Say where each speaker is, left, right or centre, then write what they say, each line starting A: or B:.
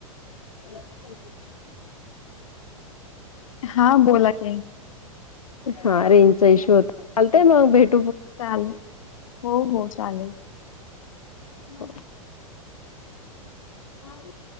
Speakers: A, on the left; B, on the left.
A: <unintelligible>
B: हा बोला की,
A: हा रेंज चा इश्यू होत चालतय मग भेट
B: चालेल हो हो चालेल.
A: <unintelligible> <unintelligible>